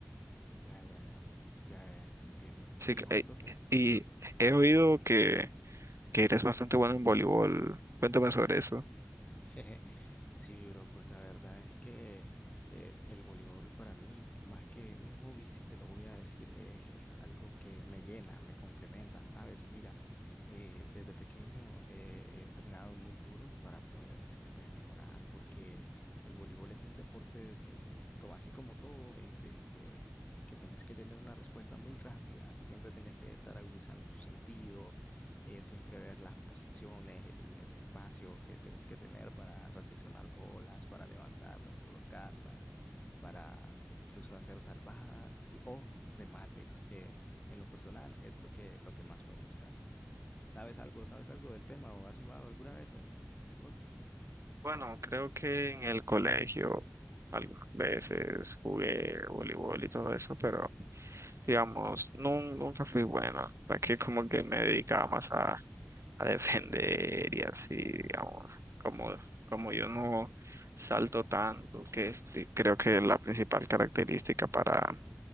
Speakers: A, on the left (about 25°); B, on the right (about 65°).
A: Ya, ya, ya, bro. Ya, ya, entiendo.
B: Sí,
A: Sí,
B: que-
A: entiendo
B: eh,
A: que
B: y he oído que, que eres bastante bueno en voleibol. Cuéntame sobre eso.
A: <laughs> Jeje. Sí, bro, pues la verdad es que eh, el voleibol para mí, más que un hobby, si te lo voy a decir, es, es algo que me llena, me complementa, ¿sabes? Mira, eh, desde pequeño eh, he entrenado muy duro para poder siempre mejorar, porque el voleibol es un deporte, de en- como así como todo, en- de, de- que tienes que tener una respuesta muy rápida, siempre tienes que estar agudizando tu sentido eh, siempre ver las posiciones, el, el espacio que tenés que tener para reseccionar bolas, para levantarlas, colocarlas, para incluso hacer salvadas y, o remates, que en lo personal es lo que, lo que más me gusta a mí. ¿Sabes algo? ¿Sabes algo del tema o has jugado alguna vez eh, al voleibol?
B: Bueno, creo que en el colegio algunas veces jugué voleibol y todo eso, pero digamos, nun- nunca fui buena. Aquí como que me dedicaba más a a defender y así, digamos, como, como yo no salto tanto, que este, creo que es la principal característica para